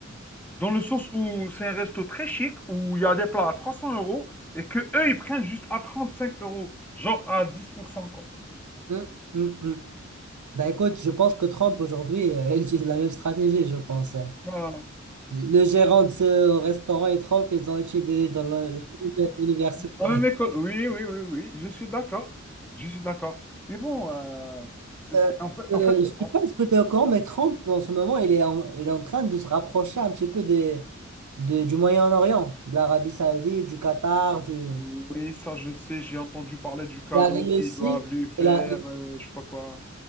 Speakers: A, in the centre; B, on the right.
A: Dans le sens où c'est un resto très chic, où il y a des plats à 300 euros et que eux, ils prennent juste à 35 euros, genre à 10%, quoi.
B: hmm, hmm, hmm. Ben écoute, je pense que Trump aujourd'hui, euh, <laughs> il utilise la même stratégie, je pense. hein.
A: Ah,
B: Le gérant de ce restaurant et Trump, ils ont étudié dans le- l'université.
A: La même école, oui, oui, oui, oui, je suis d'accord. Je suis d'accord. Mais bon, euh, c'est,
B: Euh,
A: c'est- en fait,
B: euh,
A: en fait,
B: je sais
A: en-
B: pas si tu es au courant, mais Trump, en ce moment, il est en, il est en train de se rapprocher un petit peu des, de- du Moyen-Orient, de l'Arabie Saoudite, du Qatar, du...
A: oui, ça, je sais, j'ai entendu parler du cadeau
B: Il a réussi,
A: qu'ils doivent lui faire,
B: il a,
A: euh, je sais pas quoi.